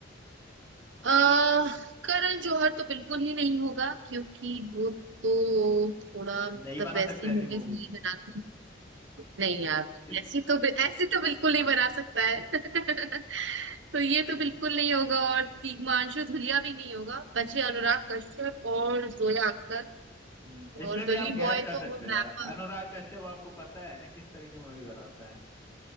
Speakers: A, on the right (about 75°); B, on the left (about 15°).
A: अह, करण जौहर तो बिल्कुल ही नहीं होगा क्योंकि वो तो थोड़ा मतलब
B: नहीं बना
A: वैसी
B: सकता ऐसी
A: मूवीज
B: मूवी
A: नहीं बनाते नहीं यार
B: <laughs>
A: ऐसी तो बिल- ऐसे तो बिल्कुल नहीं बना सकता है <laughs> तो ये
B: ठीक
A: तो बिल्कुल
B: है
A: नहीं होगा और हिमांशु धुलिया भी नहीं होगा बचे अनुराग कश्यप और जोया अख्तर
B: हम्म इसमें
A: और
B: भी
A: गली
B: आप गैस
A: बॉय
B: कर
A: तो
B: सकते
A: वो
B: हैं यार
A: रैपर
B: अनुराग कश्यप आपको पता है ना किस तरह की मूवी बनाता है